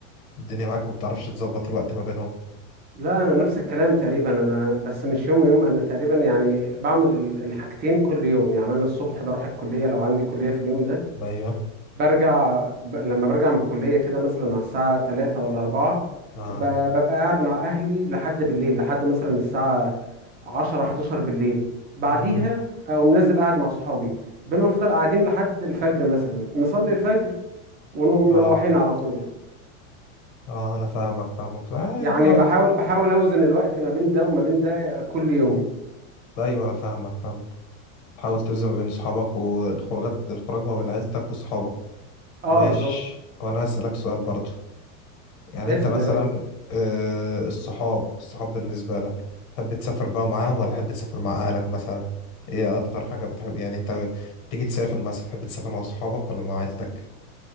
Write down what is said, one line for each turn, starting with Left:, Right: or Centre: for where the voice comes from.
Left: الدنيا معاك ما بتعرفش تظبط الوقت ما بينهم
Right: لا انا نفس الكلام تقريبا انا بس مش يوم ويوم انا تقريبا يعني بعمل ال- الحاجتين كل يوم يعني انا الصبح بروح الكليه لو عندي كليه في اليوم ده
Left: ايوه
Right: برجع ب... لما برجع من الكلية كده مثلا على الساعة تلاتة ولا أربعة
Left: اه
Right: ب... ببقى قاعد مع أهلي لحد بالليل لحد مثلا الساعة عشرة حداشر بالليل بعديها
Left: امم
Right: أقوم نازل قاعد مع صحابي بنفضل قاعدين لحد الفجر مثلا نصلي الفجر ونقوم
Left: اه
Right: مروحين على طول
Left: اه انا فاهمك فاهمك آه،
Right: يعني
Left: بتعرف
Right: بحاول بحاول أوزن الوقت ما بين ده وما بين ده كل يوم
Left: ايوه انا فاهمك فاهمك حاول توزن ما بين صحابك والخروجات الخروج ما بين عيلتك وصحابك
Right: اه
Left: ماشي
Right: بالظبط
Left: وانا هسألك سؤال برضو يعني
Right: اسأل
Left: انت مثلا
Right: يا باشا
Left: آه، الصحاب الصحاب بالنسبة لك تحب تسافر بقى معاهم ولا تحب تسافر مع اهلك مثلا ايه اكتر حاجة بتحب يعني انت تيجي تسافر مثلا تحب تسافر مع صحابك ولا مع عيلتك